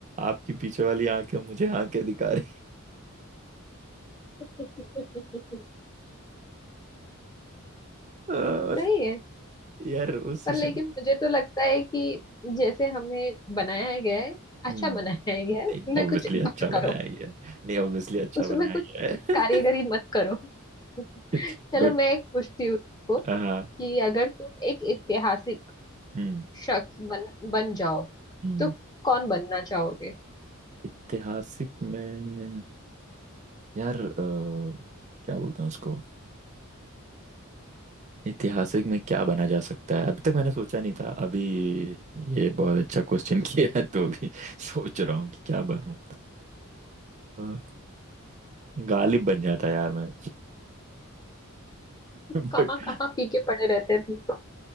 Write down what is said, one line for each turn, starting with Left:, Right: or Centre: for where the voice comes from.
Right: आपकी पीछे वाली आंखें मुझे आंखें दिखा रही
Left: <laughs>
Right: और, और
Left: सही है
Right: यार वो सीसीटीवी
Left: पर लेकिन मुझे तो लगता है कि जैसे हमें बनाया गया है अच्छा
Right: हम्म
Left: बनाया गया है उसमें
Right: नहीं ऑब्वियसली
Left: कुछ
Right: अच्छा
Left: मत
Right: बनाया
Left: करो।
Right: गया है। नहीं ऑब्वियसली अच्छा
Left: उसमें
Right: बनाया
Left: कुछ
Right: गया है
Left: कारीगरी मत करो <laughs>
Right: <laughs>
Left: चलो
Right: बट
Left: मैं एक पूछती हूँ तुमको कि
Right: हाँ
Left: अगर तुम एक ऐतिहासिक
Right: हम्म
Left: शख्स बन बन जाओ
Right: हम्म
Left: तो कौन बनना चाहोगे
Right: ऐतिहासिक में यार अ, क्या बोलते हैं उसको ऐतिहासिक में क्या बना जा सकता है अभी तक मैंने सोचा नहीं था अभी ये बहुत अच्छा क्वेश्चन <laughs> किया है तो अभी सोच रहा हूँ कि क्या बनूं अ, गालिब बन जाता यार मैं <laughs> बट
Left: कहाँ कहाँ पी के पड़े रहते हैं तुम तो